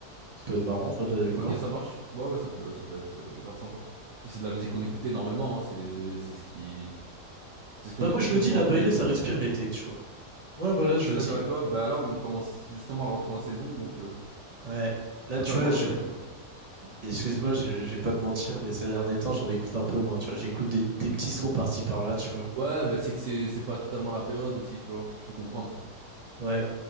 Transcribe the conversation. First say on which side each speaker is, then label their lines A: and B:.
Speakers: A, on the right; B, on the right.
A: Ça peut être marrant en vrai d'aller le
B: ok,
A: voir.
B: ça marche. Ouais, ouais, ça peut, ça peut être euh, grave sympa. Puis c'est de la musique qu'on écoutait énormément. hein, C'est, c'est ce qui, c'est ce qu'on
A: Bah
B: écoute
A: moi je
B: tout
A: le dis,
B: le temps,
A: la
B: tous
A: Bailey,
B: les jours.
A: ça
B: Donc,
A: respire
B: euh,
A: l'été, tu vois. Ouais, voilà,
B: ouais,
A: je
B: je suis
A: le
B: d'accord
A: dis.
B: avec toi. Bah
A: Hmm.
B: là, on commence justement à rentrer en saison, donc. euh,
A: Ouais.
B: C'est
A: Là,
B: totalement
A: tu vois,
B: dans le thème, quoi.
A: Excuse-moi, je, je vais pas te mentir, mais ces derniers temps, j'en écoute un peu moins, tu vois. J'écoute des, des petits sons par-ci par-là, tu vois.
B: Ouais, bah, c'est que c'est c'est pas totalement la période aussi, tu vois. Je peux comprendre.
A: Ouais.